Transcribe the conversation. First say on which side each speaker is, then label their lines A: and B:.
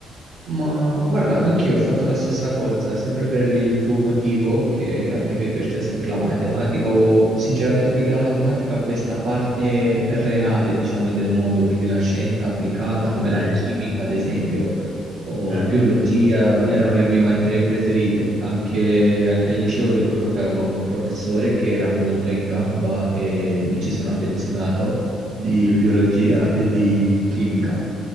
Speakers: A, on the right; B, on the right.
A: Ma guarda, anch'io ho fatto la stessa cosa, sempre per il tuo motivo, che anche a me piace sempre la matematica, o sinceramente più che la matematica, questa parte reale, diciamo, del mondo, quindi la scienza applicata,
B: Ok,
A: come la chimica,
B: sì,
A: ad esempio, o
B: certo.
A: biologia, erano le mie materie preferite. Anche, anche al liceo ricordo che avevamo un professore che era molto in gamba e mi ci sono affezionato di
B: Mm,
A: biologia e di chimica